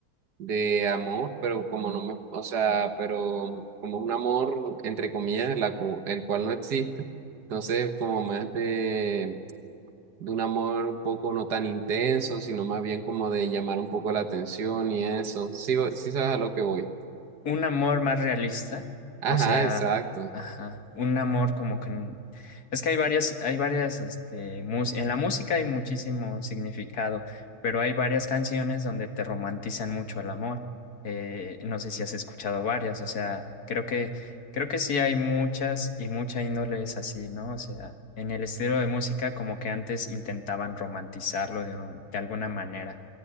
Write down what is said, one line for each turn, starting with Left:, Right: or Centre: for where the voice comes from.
Right: de amor, pero como no me, o sea, pero como un amor, entre comillas, la cu- el cual no existe. Entonces, como más de, de un amor un poco no tan intenso, sino más bien como de llamar un poco la atención y eso. Sí, vo- sí sabes a lo que voy.
Left: un amor más realista,
Right: Ajá,
Left: o sea,
Right: exacto.
Left: ajá, un amor como que n- es que hay varias, hay varias, este, mus- en la música hay muchísimo significado, pero hay varias canciones donde te romantizan mucho el amor. Eh, no sé si has escuchado varias, o sea, creo que, creo que sí hay muchas y mucha índole es así, ¿no? O sea, en el estilo de música como que antes intentaban romantizarlo de, un- de alguna manera,